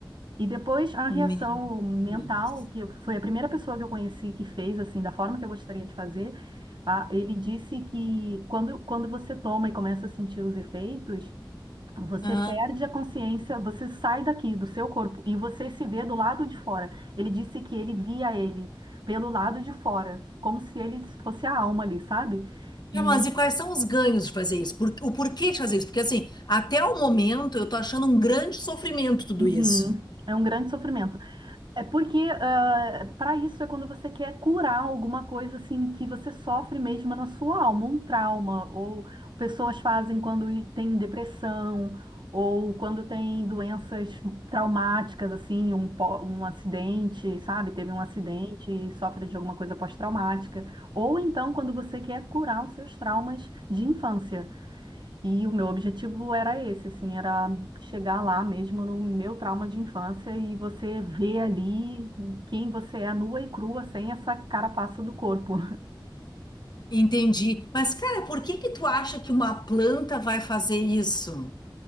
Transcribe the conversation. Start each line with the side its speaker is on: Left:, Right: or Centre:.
Right: E depois a reação
Left: Meu
Right: mental,
Left: Deus.
Right: que eu- foi a primeira pessoa que eu conheci que fez assim, da forma que eu gostaria de fazer, ah, ele disse que quando, quando você toma e começa a sentir os efeitos, você
Left: Ah,
Right: perde a consciência, você sai daqui do seu corpo e você se vê do lado de fora. Ele disse que ele via ele pelo lado de fora, como se ele fosse a alma ali, sabe? E
Left: Não, mas e quais são os ganhos de fazer isso? Por- o porquê de fazer isso? Porque assim, até o momento eu tô achando um grande sofrimento tudo
Right: uhum,
Left: isso.
Right: é um grande sofrimento. É porque para isso é quando você quer curar alguma coisa assim que você sofre mesmo na sua alma, um trauma, ou pessoas fazem quando i- tem depressão, ou quando tem doenças traumáticas, assim, um, pó- um acidente, sabe? Teve um acidente e sofre de alguma coisa pós-traumática. Ou então quando você quer curar os seus traumas de infância. E o meu objetivo era esse, assim, era chegar lá mesmo no meu trauma de infância e você ver ali quem você é nua e crua, sem essa carapaça do corpo.
Left: Entendi. Mas, cara, por que que tu acha que uma planta vai fazer isso?